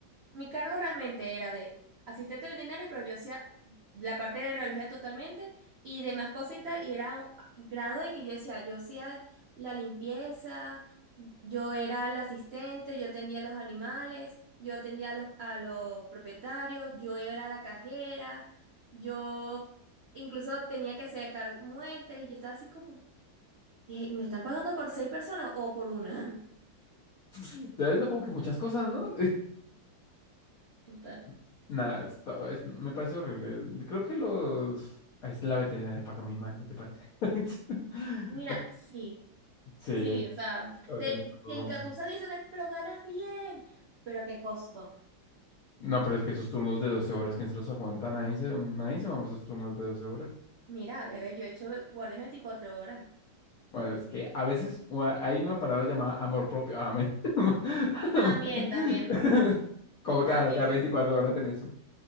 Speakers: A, on the right; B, on the left.
A: mi cargo realmente era de asistente veterinario, pero yo hacía la parte de radiología totalmente y demás cositas y era un grado de que yo decía, yo hacía la limpieza, yo era la asistente, yo atendía a los animales, yo atendía a los, a los propietarios, yo era la cajera, yo incluso tenía que hacer cargo muestras y yo estaba así como... Y me están pagando por seis personas o por una.
B: <laughs> Ya es como que muchas cosas, ¿no?
A: <laughs> Total.
B: <laughs> Nada, está- es- me parece horrible. Creo que los... ah, Es la veterinaria paga muy mal, ¿no te parece? <laughs>
A: Mira, sí,
B: Sí,
A: sí, o sea,
B: la veterinaria
A: te,
B: paga
A: te engatusan
B: muy mal.
A: y dicen, pero ganas bien. ¿Pero a qué costo?
B: No, pero es que esos turnos de 12 horas, ¿quién se los aguanta? Nadie se, nadie se mama esos turnos de 12 horas.
A: Mira, bebé, yo he hecho guardias 24 horas.
B: Bueno, es que a veces o a- hay una palabra llamada amor propio. Amén. <laughs>
A: También, también,
B: ¿Cómo
A: también
B: te vas a sacar
A: pasa.
B: 24 horas en eso?